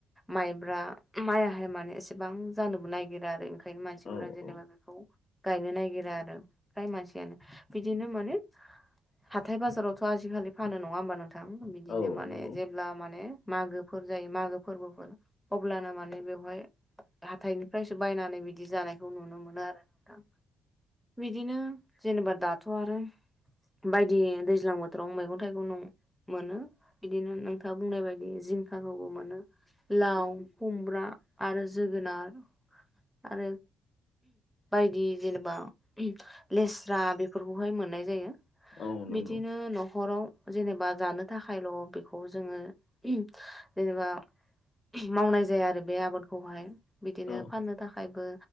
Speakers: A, in the centre; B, on the left.
A: माइब्रा माइआहाय माने एसेबां जानोबो नागिरा आरो ओंखायनो मानसिफोरा
B: औ
A: जेनेबा
B: औ
A: बेखौ गायनो नागिरा आरो फ्राय मानसियानो बिदिनो माने हाथाय बाजारावथ' आजिखालि फानो नङा होमबा नों थां बिदिनो
B: औ
A: माने
B: नंगौ
A: जे अब्ला माने मागोफोर जायो मागो फोरबोफोर अब्लानो माने बेवहाय हाथायनिफ्रायसो बायनानै बिदि जानायखौ नुनो मोनो आरो नोंथां बिदिनो जेनेबा दाथ' आरो बायदि दैज्लां बोथोराव मैगं थाइगं न मोनो बिदिनो नोंथाङा बुंनाय बायदि जिंखाखौबो मोनो लाव खुमब्रा आरो जोगोनार आरो बायदि जेनेबा लेस्रा बेफोरखौहाय मोननाय जायो
B: औ नंगौ
A: बिदिनो न'खराव जेनेबा जानो थाखायल' बेखौ जोङो जेनेबा मावनाय जाया आरो बे आबादखौहाय बिदिनो
B: औ
A: फाननो थाखायबो